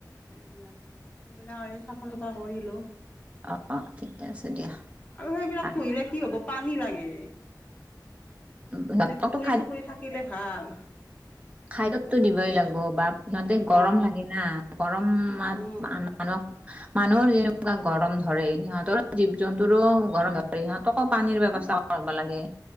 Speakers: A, on the left (about 20°); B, on the right (about 20°).
A: এইবিলাক এইবিলাক আৰু চাফা চুফা কৰিলো।
B: অ অ ঠিকে আছে দিয়া
A: আৰু সেইবিলাক
B: ভাল।
A: পুহিলে কি হ'ব পানী লাগে
B: সিহঁতকতো
A: এনে পুখুৰী চুখুৰী থাকিলে ভাল।
B: খাদ্যটো দিবই
A: সিহঁত
B: লাগিব বা সিহঁতে
A: অ',
B: গৰম লাগে না। গৰমাত
A: উম,
B: মানক। মানুহৰ যেনেকুৱা গৰম ধৰে সিহঁতৰ জীৱ জন্তুৰো। ঘৰ সহঁতকো পানীৰ ব্যৱস্থা কৰিব লাগে।